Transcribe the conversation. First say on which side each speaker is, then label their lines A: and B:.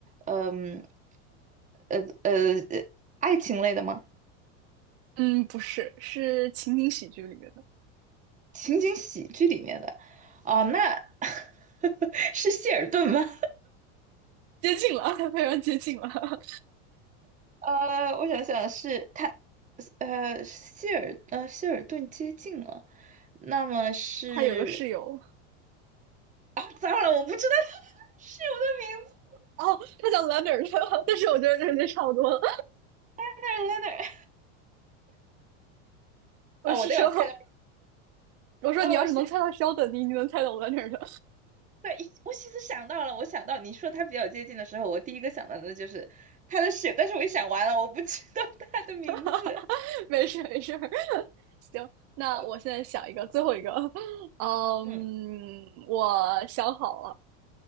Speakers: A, on the right; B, on the right.
A: 嗯，呃呃，呃爱情类的吗？
B: 嗯，不是，是情景喜剧里面的，
A: 情景喜剧里面的，哦，那 <laughs> 是谢尔顿吗？
B: 接近了，他非常接近了。<laughs>
A: 呃，我想想是他，呃，谢尔呃谢尔顿接近了，那么是
B: 他有个室友，
A: 啊，糟了，我不知道 <laughs> 是我的名字
B: 哦，他叫 Leonard，<laughs> 但是我觉得这这差不多了。
A: 在哪儿在哪儿啊，
B: 我是说，
A: 我都有猜到，
B: 我说你要是能猜到
A: 哦，是
B: s h e 你一定能猜到 Leonard。
A: 对，我其实想到了，我想到你说他比较接近的时候，我第一个想到的就是他的室友，但是我一想完了，我不知道他的名字，
B: <laughs> 没事没事，<laughs> 行，那我现在想一个，
A: <laughs>
B: 最后一个，<laughs> 嗯，
A: 嗯，
B: 我想好了，